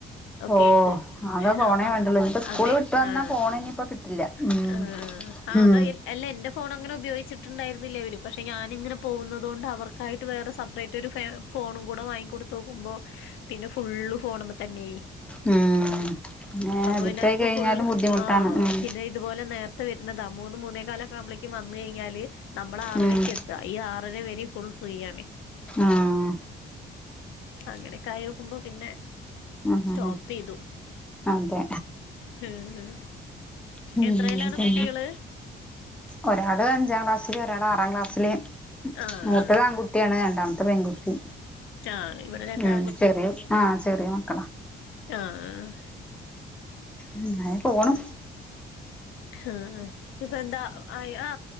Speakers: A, on the left; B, in the centre.
A: ഒക്കെ
B: ഓ
A: ആയിട്ട്
B: അകെ ഫോണേ
A: അപ്പ
B: വേണ്ടുള്ളൂ ഇനിപ്പോ സ്കൂള്
A: അതെ
B: വിട്ടു വന്നാ
A: ആഹ്
B: ഫോണ് ഇനിയിപ്പോ കിട്ടില്ല. ഉം
A: ആഹ് ആഹ്
B: ഹം
A: അതാ അല്ല എൻ്റെ ഫോൺ അങ്ങനെ ഉപയോഗിച്ചിട്ടുണ്ടായിരുന്നില്ല അവര്, പക്ഷേ ഞാനിങ്ങനെ പോകുന്നത് കൊണ്ട് അവർക്കായിട്ട് വേറെ സപ്പറേറ്റ് ഒരു ഫ ഫോണും കൂടെ വാങ്ങി കൊടുത്ത് നോക്കുമ്പോ പിന്നെ ഫുള്ള് ഫോണ് മ്മെ തന്നെയായി
B: ഉം പിന്നെ
A: അപ്പൊ
B: അഡിക്റ്റ്
A: പിന്നെ അവർക്ക്
B: ആയി കഴിഞ്ഞാലും
A: ഫുള്
B: ബുദ്ധിമുട്ടാണ്
A: ആഹ
B: ഉം
A: പിന്നെ ഇതുപോലെ നേരത്തെ വരുന്നതാ മൂന്ന് മൂന്നേ കാലക്കാകുമ്പോളേക്ക് വന്നുകഴിഞ്ഞാല് നമ്മള ആറരയ്ക്ക്
B: ഉം
A: എ ക ഈ ആറര വരെ ഫുൾ ഫ്രീ ആണെ.
B: ആഹ്
A: അങ്ങനൊക്കായോക്കുമ്പോ പിന്നെ
B: ഉം
A: സ്റ്റോപ്പ്
B: ഉം ഉം
A: ചെയ്തു
B: അതെ
A: ഹ് ഹ്
B: പിന്നെന്താ
A: എത്രയിലാണ് കുട്ടികള്?
B: ഒരാള് അഞ്ചാം ക്ലാസ്സില് ഒരാള് ആറാം ക്ലാസ്സില്
A: ആഹ്
B: മൂത്തതാൺകുട്ടി
A: ആഹ്
B: കുട്ടിയാണ് രണ്ടാമത്തെ പെൺകുട്ടി
A: ആഹ് ഇവിടെ രണ്ട്
B: ഉ ചെറിയ ആ ചെറിയ മക്കളാ
A: ആഹ ആ
B: അങ്ങനെ പോണ്
A: ഹ് ഇപ്പ എന്താ? ആ ആ